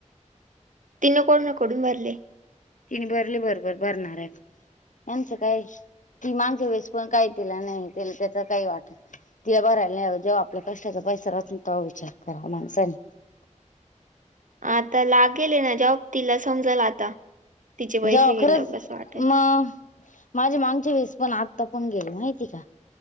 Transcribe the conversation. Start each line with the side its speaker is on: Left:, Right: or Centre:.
Right: तिन कोणा कडून भरले?
Left: तिने भरले बरोबर भरणाऱ्या कड. यांचं काय कि माांगस वेळेस पण काय केला नाही तेला त्याच काही वाटत नाही. तिला भरायला नाही जेव आपल्या कष्टाचा पैसा राहतोना तेव्हा विचार करावा माणसाने
Right: आता लागेल आहे ना जॅब तिला समजल आता तिचे पैसे
Left: जेव खरंच
Right: गेल्यावर कसं वाटेल.
Left: मग माझे मागच्या वेळेस पण आता पण गेले माहिती का?